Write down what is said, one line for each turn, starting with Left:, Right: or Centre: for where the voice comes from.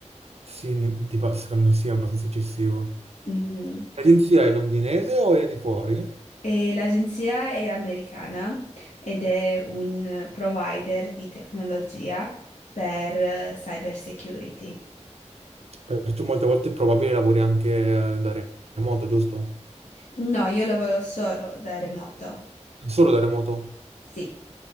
Right: Sì, ne- tipo, secondo me sì, è abbastanza eccessivo.
Left: Mhm.
Right: L'agenzia è londinese o è di fuori?
Left: E l'agenzia è americana ed è un provider di tecnologia per eh, cyber security.
Right: Perché tu molte volte è probabile lavori anche eh, da remoto, giusto?
Left: No, io lavoro solo da remoto.
Right: Solo da remoto.
Left: Sì,